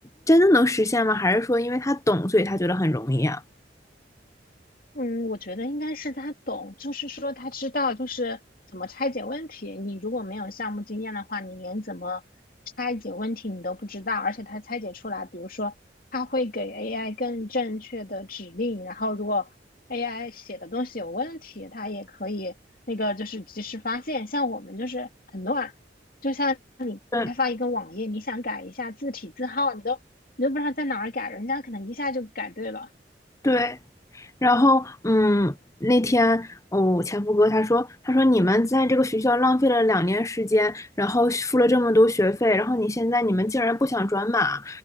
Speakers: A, on the left (about 15°); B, on the left (about 55°).
A: 真的能实现吗？还是说因为他懂，所以他觉得很容易啊？
B: 嗯，我觉得应该是他懂，就是说他知道就是怎么拆解问题。你如果没有项目经验的话，你连怎么拆解问题你都不知道，而且他拆解出来，比如说他会给 AI 更正确的指令，然后如果 AI 写的东西有问题，它也可以那个就是及时发现。像我们就是很乱，就像
A: 对
B: 开发一个网页，你想改一下字体字号，你都你都不知道在哪儿改，人家可能一下就改对了。
A: 对，然后，嗯，那天，哦，前夫哥他说，他说你们在这个学校浪费了两年时间，然后付了这么多学费，然后你现在你们竟然不想转码，